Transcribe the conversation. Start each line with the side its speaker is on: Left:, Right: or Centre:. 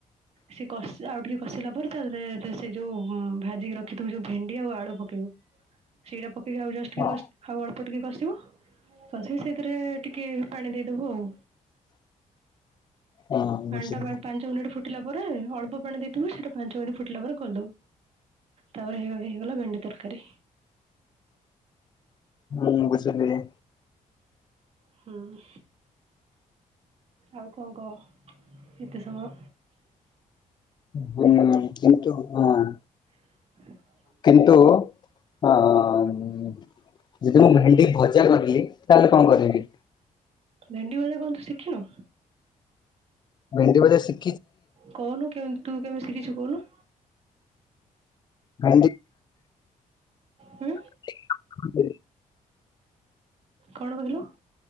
Right: ସେ କଷ ଆଉ ଟିକେ କଷିଲା ପରେ ତା ଦେରେ ଦେ ସେ ଯୋଉ ହଁ ଭାଜିକି ରଖିଥିବୁ ଯୋଉ ଭେଣ୍ଡି ଆଉ ଆଳୁ ପକେଇବୁ। ସେଇଟା ପକେଇକି ଆଉ ଜଷ୍ଟ ଟିକେ
Left: ହଁ
Right: କଷ୍ ଆଉ ଅଳ୍ପ ଟିକେ କଷିବ। କଷିକି ସେଇଥିରେ ଟିକେ ପାଣି ଦେଇଦବୁ ଆଉ।
Left: ହଁ ବୁଝିଲି
Right: ପାଣିଟା ପା ପାଞ୍ଚ ମିନିଟ୍ ଫୁଟିଲା ପରେ ଅଳ୍ ପ ପାଣି ଦେଇଥିବୁ ସେଇଟା ପାଞ୍ଚ ମିଣ୍ଟି ଫୁଟିଲା ପରେ ଖୋଲଦବୁ ତାପରେ ହେଇ ହେଇଗଲା ଭେଣ୍ଡି ତରକାରୀ।
Left: ଉଁ ବୁଝିଲି।
Right: ହୁଁ ଆଉ କଁ କଅ ଏତେ ସମ
Left: ହୁଁ କିନ୍ତୁ ହଁ।
Right: ହଁ
Left: କିନ୍ତୁ ହଁ ଉଁ ଯେଦି ମୁଁ ଭେଣ୍ଡି ଭଜା କଲି ତାହେଲେ କଁ କରିବି?
Right: ଭେଣ୍ଡି ଭଜା କଣ ଶିଖିନୁ?
Left: ଭେଣ୍ଡି ଭଜା ଶି
Right: କହୁନୁ କେମତି ତୁ କେମିତି ଶିଖିଚୁ କୋହୁନୁ।
Left: ଭେଣ୍ଡି
Right: ହୁଁ।
Left: <inaudible>
Right: କଣ କହିଲୁ?